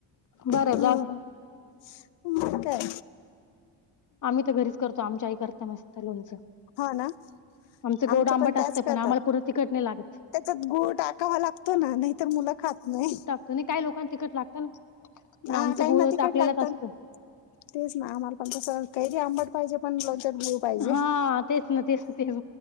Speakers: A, on the left; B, on the left.
A: बरं आहे
B: ह
A: जाऊ दे.
B: काय
A: आम्ही तर घरीच करतो आमच्या आही करता मस्त लोनचं
B: हा ना
A: आमचं
B: आमचे
A: गोड आंबट
B: त्याच
A: असतं
B: करतात
A: पण आम्हाला पुूंर तिखट नाही लागत.
B: त्याच्यात गूळ टाकावा लागतो ना नाहीतर मुलं खात नाही.
A: त काही लोकांना तिकट लागतं ना पण
B: हा
A: आमचं
B: काही
A: गूळ
B: ना तिखट
A: टाकलेलाच
B: लागतं
A: असतो.
B: तेच ना आम्हाला पण तसं काहीरी आंबट पाहिजे पण लोणच्यात पाहिजे
A: हा तेच ना तेच तेच